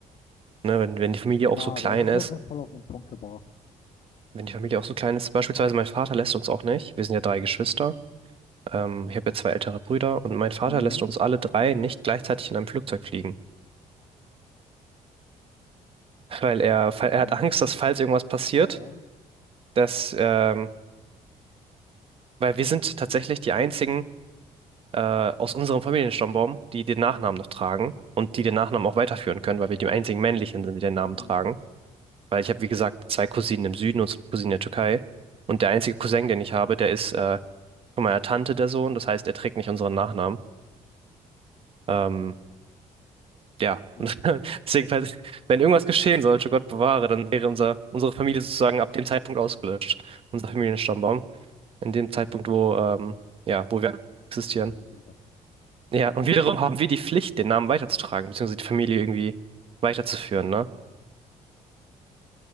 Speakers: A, on the right (about 45°); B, on the left (about 55°).
A: ne? Wenn, wenn die Familie auch
B: Ja,
A: so klein
B: du hast
A: ist.
B: es auf jeden Fall auf den Punkt gebracht.
A: Wenn die Familie auch so klein ist. Beispielsweise mein Vater lässt uns auch nicht. Wir sind ja drei Geschwister. Ähm, ich habe ja zwei ältere Brüder und mein Vater
B: Mhm.
A: lässt uns alle drei nicht gleichzeitig in einem Flugzeug fliegen. <laughs> Weil er, weil
B: Mhm.
A: er hat Angst, dass falls irgendwas passiert,
B: Ja.
A: dass, ähm, weil wir sind tatsächlich die einzigen äh, aus unserem Familienstammbaum, die den Nachnamen noch tragen und die den Nachnamen auch weiterführen können, weil wir die einzigen männlichen sind, die den Namen
B: Mhm.
A: tragen. Weil ich habe, wie gesagt, zwei Cousinen im Süden und zwei Cousinen in der Türkei. Und der einzige Cousin, den ich habe, der ist äh, von meiner Tante der Sohn. Das heißt, er trägt nicht unseren Nachnamen. Ähm, ja,
B: Mhm.
A: <laughs> deswegen, falls, wenn irgendwas geschehen sollte, Gott bewahre, dann wäre unser, unsere Familie sozusagen ab dem Zeitpunkt ausgelöscht. Unser Familienstammbaum. In dem Zeitpunkt, wo, ähm, ja, wo wir existieren.
B: <laughs> Das ist.
A: Ja, und wiederum haben wir die Pflicht, den Namen weiterzutragen, beziehungsweise die Familie irgendwie weiterzuführen, ne?